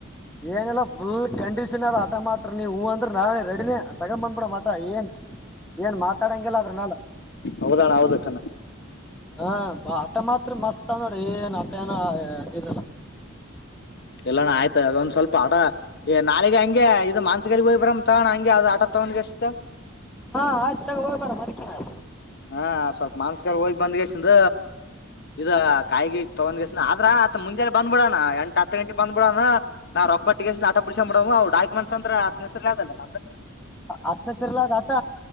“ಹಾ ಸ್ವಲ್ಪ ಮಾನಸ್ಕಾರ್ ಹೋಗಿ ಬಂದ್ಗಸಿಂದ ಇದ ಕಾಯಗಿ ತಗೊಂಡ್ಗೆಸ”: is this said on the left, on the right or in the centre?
Left